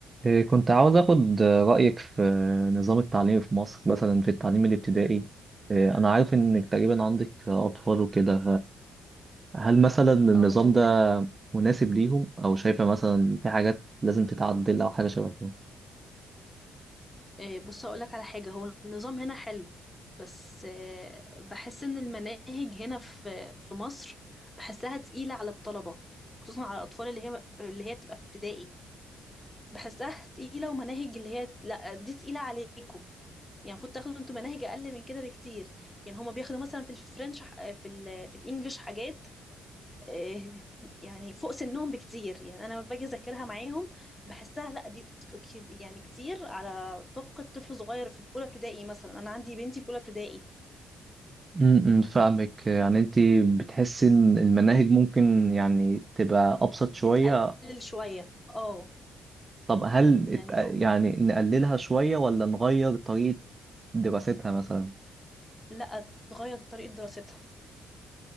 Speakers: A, on the right; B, on the left.
A: إيه، كنت عاوز أخد رأيك في نظام التعليم في مصر مثلا في التعليم الابتدائي إيه، أنا عارف إنك تقريبا عندك أطفال وكده فهل مثلا النظام
B: اه تمام
A: ده مناسب ليهم أو شايفة مثلا في حاجات لازم تتعدل أو حاجة شبه كده؟
B: آه، بص هقولك على حاجة هو النظام هنا حلو بس آه، بحس ان المناهج هنا في في مصر بحسها تقيلة على الطلبة خصوصا على الأطفال اللي هي اللي هي بتبقى في ابتدائي بحسها تقيلة ومناهج اللي هي لا دي تقيلة عليكم يعني المفروض تاخدوا انتوا مناهج أقل من كده بكتير يعني هما بياخدوا مثلا في الفرنش ح- في ال في الإنجليش حاجات إيه يعني فوق سنهم بكتير يعني انا لما باجي اذاكرها معاهم بحسها لا دي ط- ك- يعني كتير على طاقة طفل صغير في اولى ابتدائي مثلا انا عندي بنتي في اولى ابتدائي
A: امم فاهمك يعني انت بتحسي ان المناهج ممكن يعني تبقى ابسط شوية
B: تتقلل شوية اه
A: طب هل
B: يعني
A: ات-
B: لو
A: يعني نقللها شوية ولا نغير طريقة دراستها مثلا
B: لا تغير طريقة دراستها